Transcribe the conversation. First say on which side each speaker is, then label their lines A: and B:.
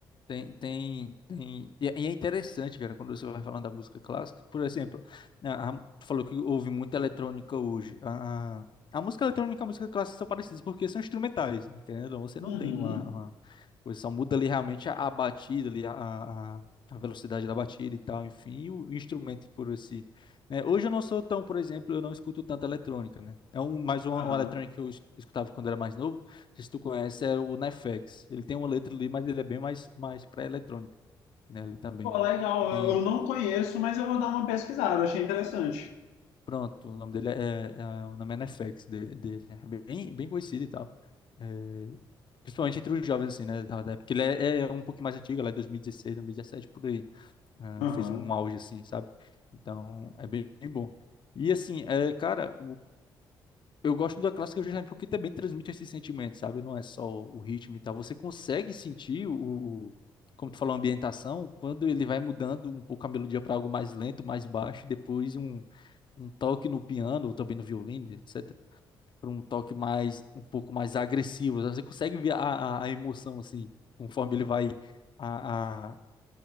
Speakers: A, on the left; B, on the left.
A: Tem, tem, tem. E é e é interessante, cara, quando você vai falando da música clássica. Por exemplo, a, a- tu falou que houve muita eletrônica hoje. A, a, a música eletrônica e a música clássica são parecidas, porque são instrumentais, né? Querendo ou não, você
B: Uhum.
A: não tem uma, uma coisa, só muda ali realmente a, a batida, ali, a, a, a velocidade da batida e tal, enfim, e o instrumento por si. né? Hoje eu não sou tão, por exemplo, eu não escuto tanta eletrônica, né? É um, mais uma,
B: Aham.
A: uma eletrônica que eu es- escutava quando era mais novo sei se tu conhece, é o Nefex. Ele tem uma letra ali, mas ele é bem mais, mais para eletrônica, né? Ali também.
B: Pô, legal.
A: Tem,
B: Eu, eu não conheço, mas eu vou dar uma pesquisada. Achei interessante.
A: pronto, o nome dele é, é- é, o nome é Nefex de- dele, é bem, bem conhecido e tal. É, principalmente entre os jovens, assim, né? da- da- Porque ele é, é um pouquinho mais antigo, lá é 2016, 2017, por aí. Ah,
B: Aham.
A: fez um auge, assim, sabe? Então, é bem, bem bom. E assim, é, cara, Eu gosto da clássica justamente porque também transmite esses sentimentos, sabe? Não é só o ritmo e tal. Você consegue sentir o, o- como tu falou, a ambientação, quando ele vai mudando um pouco a melodia para algo mais lento, mais baixo, e depois um, um toque no piano, ou também no violino, etc. Para um toque mais, um pouco mais agressivo. Você consegue ver a, a a emoção, assim, conforme ele vai, a, a,